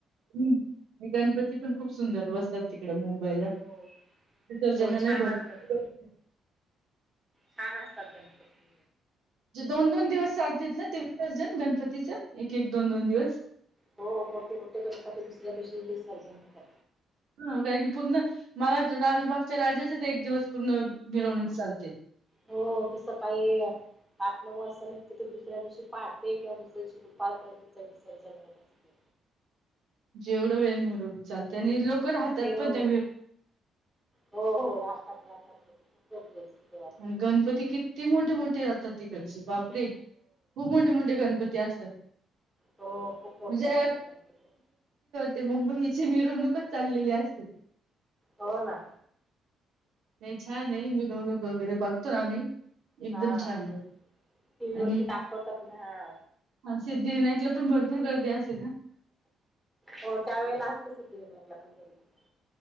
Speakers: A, on the right; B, in the centre.
A: हम्म गणपती पण खूप सुंदर बसतात ती इडे मुंबईला
B: हो
A: विसर्जनाला
B: हो छान
A: भरपूर.
B: असतात छान असतात गणपती
A: जे दोन-दोन दिवस चालते ना ते विसर्जन गणपतीचं एक एक दोन-दोन दिवस.
B: हो मोठे-मोठे गणपती दुसऱ्या दिवशीच विसर्जन होतात.
A: हा कारण की पूर्ण मला राजबागच्या राजाचाच एक दिवस पूर्ण मिरवणूक चालते.
B: हो ते सकाळीआ. आठ नऊ वाजता नते तर ते दुसऱ्या दिवशी पहाटे किंवा दुसऱ्या दिवशी दुपारपर्यंत विसर्जन करत असते.
A: जेवढं वेळम चालते आणि लोक. राहतात
B: मिरवणूक
A: पण त्या
B: हो हो राहतात राहतातक खूप गर्दी असते. तेव्हा पण.
A: आणि गणपती किती मोठे-मोठे राहतात तिकडचे. बापरे खूप मोठे-मोठे गणपती असतात.
B: हो हो खूप मोठे
A: म्हणजे.
B: असतात गणपती
A: ते मुंबईची मिरवणूकच चाललेली असते.
B: हो ना.
A: नाही छान आहे मिरवणूक वगैरे बघतो आम्ही. एकदम
B: हा
A: छान आहे
B: टीव्ही
A: आणि.
B: वरती दाखवतात ना हा.
A: सिद्धीविनायकला पण भरपूर गर्दी असेल ना.
B: हो त्या वेळेलास्त सुिद्धी घेन आपलं पण गर्दी.